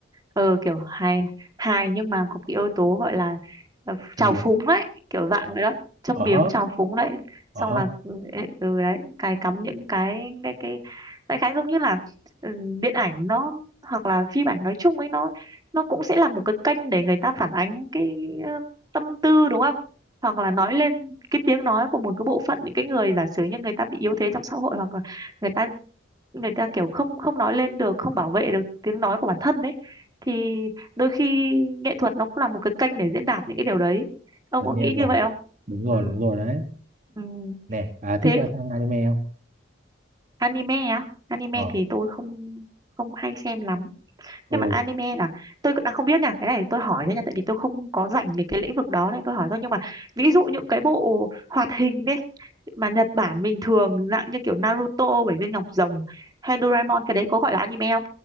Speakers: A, on the right; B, on the right.
A: ờ kiểu hài hài nhưng mà có cái yếu tố gọi là ờ, trào
B: châm biếm
A: phúng ấy kiểu dạng
B: ờ
A: vậy đó châm
B: ờ
A: biếm
B: hớ,
A: trào phúng đấy
B: ờ
A: xong
B: hớ,
A: là ừ ấy, ừ, đấy cài cắm những cái cái cái đại khái giống như là ừ, điện ảnh nó hoặc là phim ảnh nói chung ấy nó nó cũng sẽ là một cái kênh để người ta phản ánh cái ờ, tâm tư đúng không hoặc là nói lên cái tiếng nói của một cái bộ phận những cái người giả sử như người ta bị yếu thế trong xã hội hoặc là người ta người ta kiểu không không nói lên được không bảo vệ được tiếng nói của bản thân đấy thì đôi khi nghệ thuật nó cũng là một cái kênh để diễn đạt những cái điều đấy ông
B: tất
A: có
B: nhiên
A: nghĩ
B: rồi
A: như vậy không
B: đúng rồi
A: ừ,
B: đúng rồi đấy
A: ừ.
B: nè bà thích
A: thế
B: ra xem anime không
A: anime á anime
B: ờ
A: thì tôi không không hay xem lắm
B: ừ
A: nhưng mà anime là tôi cũng đang không biết nha cái này tôi hỏi thôi nha tại vì tôi không có rảnh về cái lĩnh vực đó nên tôi hỏi thôi nhưng mà ví dụ những cái bộ hoạt hình đấy mà Nhật Bản bình thường dạng như kiểu Naruto Bảy viên ngọc rồng hay Doraemon cái đấy có gọi là anime không